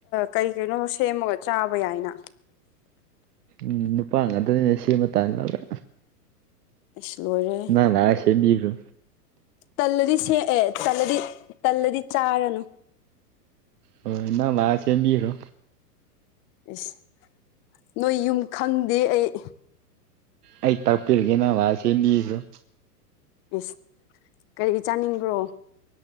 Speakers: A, on the left; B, on the right.
A: ꯀꯩ ꯀꯩꯅꯣ ꯁꯦꯝꯃꯒ ꯆꯥꯕ ꯌꯥꯏꯅ
B: ꯎꯝ ꯅꯨꯄꯥ ꯉꯥꯛꯇꯅꯤꯅꯦ ꯁꯤꯃ ꯇꯥ ꯂꯕ꯭ꯔ
A: ꯑꯩꯁꯨ ꯂꯣꯏꯔꯦ
B: ꯅꯪ ꯂꯥꯛꯑ ꯁꯦꯝꯕꯤꯈ꯭ꯔꯣ
A: ꯇꯜꯂꯗꯤ ꯁꯦꯛꯑꯦ ꯇꯜꯂꯗꯤ ꯇꯜꯂꯗꯤ ꯆꯥꯔꯅꯨ
B: ꯍꯣꯏ ꯏ ꯅꯪꯃ ꯁꯦꯝꯕꯤꯔꯣ
A: ꯑꯦꯁ ꯅꯣꯏ ꯌꯨꯝ ꯈꯪꯗꯦ ꯑꯩ
B: ꯑꯩ ꯇꯥꯛꯄꯤꯔꯒꯦ ꯅꯚ ꯁꯦꯝꯕꯤꯁꯨ
A: ꯏꯁ ꯀꯔꯤ ꯆꯥꯅꯤꯡꯕ꯭ꯔꯣ